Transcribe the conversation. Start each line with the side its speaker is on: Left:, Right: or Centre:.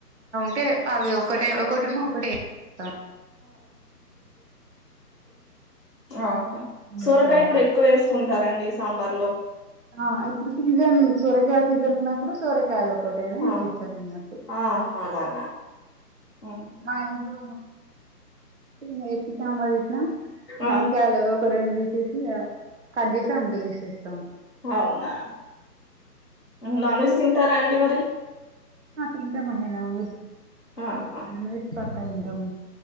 Right: అంటే అవి ఒకటే ఒకటి ఉన్న ఒకటేస్తా
Left: ఆ
Right: ములక్కాయలు
Left: సొరకాయ కూడా ఎక్కువ వేసుకుంటారంండి సాంబార్ లో
Right: ఆ ఇప్పుడు సీజన్ సూరకాయ సీజన్ ఉన్నప్పుడు సూరకాయలు ఒటేనే
Left: ఆ
Right: చేస్తాను నాకు
Left: ఆహా అలానా ఉమ్,
Right: మా ఇంట్లో నేన్ సాంబార్ చేసిన మునక్కాయలు
Left: ఆ
Right: ఒక రెండు వేసేసి కట్ చేేసి అందులో వేసేస్తాము
Left: అవున నాన్ వెజ్ తింటారా అండి మరి
Right: హా తింటా మండి నాన్ వెజ్
Left: ఆహా
Right: నాన్ వెజ్ పక్క తింటామ్